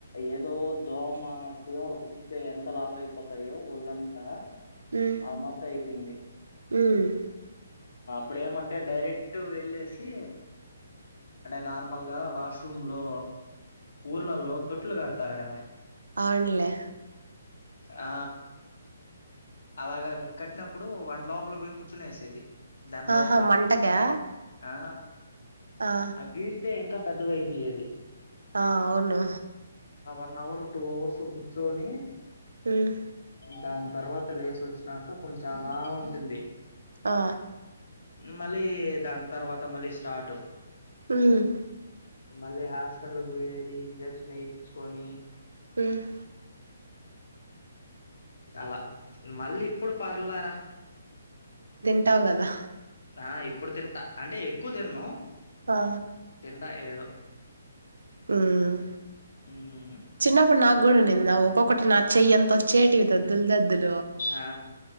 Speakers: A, on the left (about 70°); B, on the right (about 80°).
A: ఏదో దోమ చీమలు కుప్తే ఎంత లాభ అయిపోతాయో వొళ్ళంత
B: మ్
A: ఆ అమార్త అయిపోయింది
B: మ్
A: ఇప్పుడు ఏమంటే డైరెక్ట్ వెళ్ళేసి అంటే నార్మల్గా వాష్రూమ్ లో ఊర్లలో తొట్లు కడతారు కదా
B: ఆరులే
A: ఆ అలాగా కట్టినప్పుడు వంట లోపల పోయి కూర్చునే వేసేది దాని లోపల
B: ఆహా మంటకా
A: ఆ
B: ఆ
A: అగీరితే ఇంకా పెద్దవి అయిపోయేది
B: ఆ అవును
A: వన్ అవర్ టూ అవర్స్ కుర్చోని
B: మ్
A: కా తర్వాత త లేసి వచ్చినాక కొంచెం అలా ఉంటుంది
B: ఆ
A: మళ్ళీ దాని తర్వాత మళ్ళీ స్టార్ట్
B: హుమ్
A: మళ్ళీ హాస్పిటల్కి పోయేది ఇంజక్షన్ ఏయిచుకొని
B: హుమ్
A: అలా మళ్ళీ ఇప్పుడు పర్లరా
B: తింటావ్ గదా
A: ఆ ఇప్పుడు తింటా అంటే ఎక్కువ తిన్ను
B: ఆ
A: తింట ఏదో
B: హుమ్
A: మ్మ్
B: చిన్నప్పుడు నా గుడ ఉన్నింది నా ఒక్కొక్కటి నా చెయ్యంత వచ్చేటివి దద్దులు దద్దులు
A: ఆ